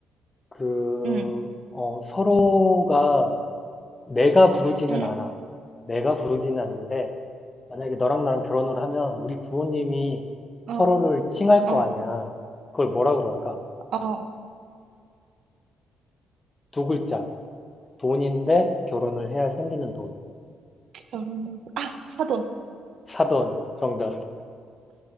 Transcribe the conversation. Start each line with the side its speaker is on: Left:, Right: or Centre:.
Left: 그,
Right: 응,
Left: 어, 서로가, 내가 부르지는
Right: 응,
Left: 않아. 내가 부르지는 않는데, 만약에 너랑 나랑 결혼을 하면, 우리 부모님이
Right: 어,
Left: 서로를 칭할 거
Right: 어,
Left: 아니야. 그걸 뭐라 그럴까?
Right: 어.
Left: 두 글자. 돈인데, 결혼을 해야 생기는 돈.
Right: 결혼해서, 아! 사돈.
Left: 사돈. 정답.